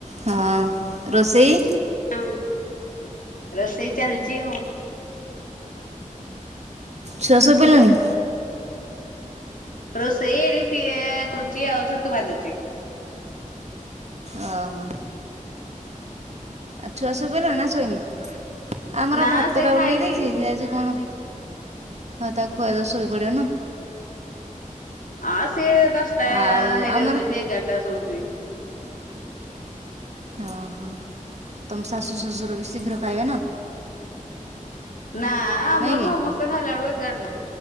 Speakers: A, on the right; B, on the left.
A: ହଁ ରୋଷେଇ?
B: ହଁ, ରୋଷେଇ ଚାଲିଛି ଆଉ।
A: ଛୁଆ ଶୋଇ ପଇଲାଣିି?
B: ରୋଷେଇ ରୀତି କୃଚି ଆଉ ଛତୁ ବାଜୁଚି।
A: ଅ ହ। ଆଉ ଛୁଆ ଶୋଇପଇଲା ନା ଶୋଇନି? ଆମର
B: ନା
A: ଭାତ
B: ସେ
A: ଟା
B: ଖାଇନି
A: ଓହ୍ଲେଇ ଦେଇଛି। ଯାଉଛି କଣ ହଁ ତାକୁ ଖୁଆ ଦିଅ ଶୋଇ ପଡିବ ନା।
B: ଆଁ ସିଏ ଦଶଟା
A: ଆଉ
B: ହେଇଯାଉଛି
A: ଆମର
B: ସେ ଏଗାରଟା ଶୋଉଛି।
A: ଓହୋ ହଁ ତମ ଶାଶୁ ଶଶୁର ବି ଶୀଘ୍ର ଖାଇବେ ନା?
B: ନାଁ ଆମର
A: ନାଇଁ କି
B: ସମସ୍ତେ ଖାଇଲା ବେଳକୁ ଏଗାରଟା